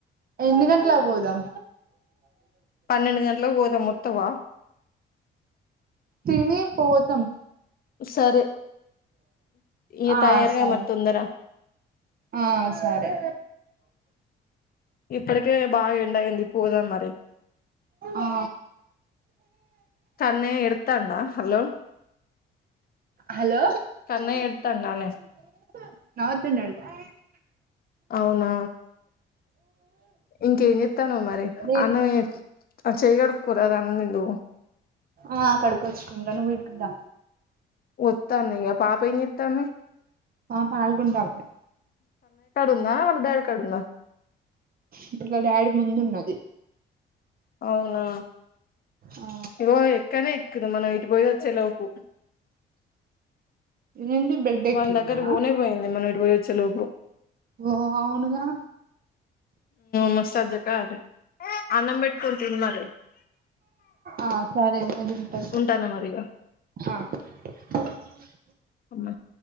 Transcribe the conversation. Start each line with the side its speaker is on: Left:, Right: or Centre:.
Right: ఎన్ని గంటలా పోదాం
Left: పన్నెండు గంటలకు పోదా మొత్తవా
Right: తినీ పోదాం
Left: సరే ఇగ
Right: ఆ
Left: తయారుగా
Right: సరే
Left: మరి తొందర
Right: ఆ సరే
Left: ఇప్పటికే బాగా ఎండ అయింది పోదం మరి
Right: ఆ
Left: కన్నయ్య ఏడుతండా హలో
Right: హలో
Left: కన్నయ్య
Right: <unintelligible>
Left: ఎడతాండానే
Right: అ
Left: అవునా ఇంకేం చేతన్నావ్ మరి
Right: అదే
Left: అన్నమే ఆ చేయి కడుక్కోరాదు అన్నం తిందువు
Right: ఆ కడుకచ్చుకుంటా నువ్వు ఇంకా దా
Left: వత్తాన్న ఇగ పాప ఏం చేత్తాంది
Right: మా పాలు గుంటే అవ్వె
Left: ఉన్నావా మ డాడీ కదా ఉన్నావా
Right: ఇప్పుడు మా డాడి ముందు ఉన్నది
Left: అవునా
Right: ఆ
Left: ఇగో ఎక్కనే ఎక్కుది మనం పోయి వచ్చేలోపు
Right: ఏంది బెడ్ ఎక్కిందా
Left: వాని దగ్గర కి పోనే పోయింది మనం ఇటు పోయి వచ్చే లోపు
Right: ఓ అవునుగా
Left: మస్తు అద్దెకరం అన్నం పెట్టుకొని తిను మరి
Right: ఆ సరే నేను తింటా
Left: ఉంటానా మరి ఇగ
Right: ఆ సరే
Left: ఉన్నాయి